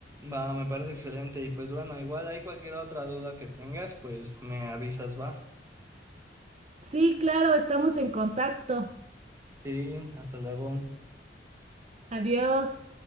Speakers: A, on the right; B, on the right.
A: Va, me parece excelente. Y pues bueno, igual hay cualquier otra duda que tengas, pues me avisas, va.
B: Sí, claro, estamos en contacto.
A: Sí, hasta luego.
B: Adiós.